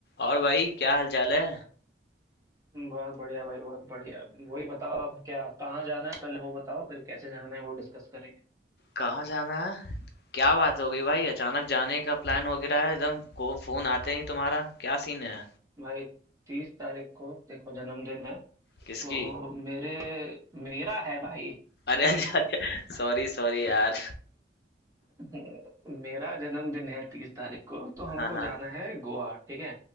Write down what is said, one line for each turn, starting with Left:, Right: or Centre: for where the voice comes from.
Left: और भाई क्या हाल चाल है
Right: बहुत बढ़िया भाई बहुत बढ़िया वही बताओ अब क्या कहाँ जाना है पहले वो बताओ फिर कैसे जाना है वो डिस्कस करेंगे
Left: कहाँ जाना है क्या बात हो गई भाई अचानक जाने का प्लान हो गिरा है एकदम को फोन आते ही तुम्हारा क्या सीन है
Right: भाई तीस तारीख को देखो जन्मदिन है तो
Left: किसकी
Right: मेरे मेरा है भाई
Left: अरे <laughs> अच्छा अच्छा सॉरी सॉरी यार
Right: <laughs> मेरा जन्मदिन है तीस तारीख को तो हमको
Left: हाँ हाँ
Right: जाना है गोवा ठीक है